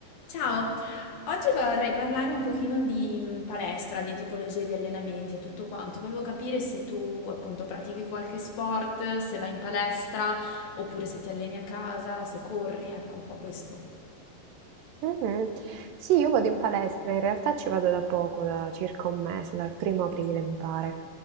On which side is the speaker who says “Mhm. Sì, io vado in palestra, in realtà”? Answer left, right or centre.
Right